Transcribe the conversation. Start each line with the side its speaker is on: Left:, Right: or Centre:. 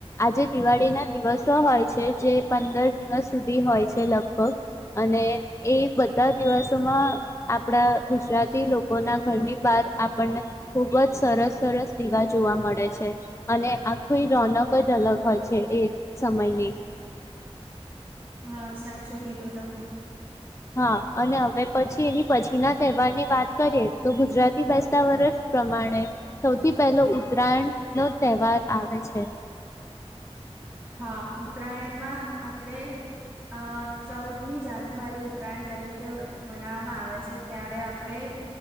Left: આજે દિવાળીના દિવસો હોય છે જે પંદર દિવસ સુધી હોય છે લગભગ, અને એ બધા દિવસોમાં આપણા ગુજરાતી લોકોના ઘરની બહાર આપણને ખૂબ જ સરસ. સરસ દીવા જોવા મળે છે અને આખી રોનક જ અલગ હોય છે એ સમયની.
Right: હા સાચું કીધું તમે.
Left: હા અને હવે પછી એની પછી ના તહેવાર ની વાત કરીએ તો ગુજરાતી બેસતા વરષ પ્રમાણે સૌથી પહેલો ઉત્તરાયણ નો તહેવાર આવે છે.
Right: હા ઉત્તરાયણમાં આપણે અ ચૌદમી જાન્યુઆરી ઉત્તરાયણ તરીકે મનાવવામાં આવે છે, ત્યારે આપણે